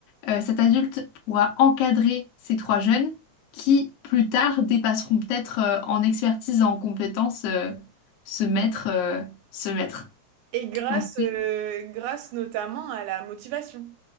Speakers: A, on the left (about 75°); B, on the right (about 80°).
A: Euh, cet adulte pourra encadrer ces trois jeunes qui, plus tard, dépasseront peut-être euh, en expertise et en compétences euh, ce maître, euh, ce maître.
B: Et grâce,
A: Donc, c'est
B: euh, grâce notamment à la motivation,